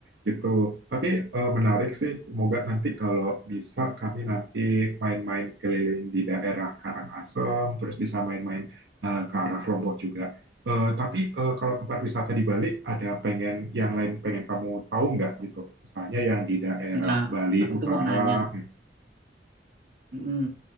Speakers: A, on the right; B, on the right.
A: gitu. Tapi eh, menarik sih, semoga nanti kalau bisa kami nanti main-main keliling di daerah Karangasem, terus bisa main-main eh, ke arah Lombok juga. Eh, tapi eh, kalau tempat wisata di Bali ada pengen yang lain pengen kamu tahu nggak gitu? Misalnya yang di daerah
B: Nah,
A: Bali
B: aku
A: Utara.
B: tuh mau nanya. Mm-mm.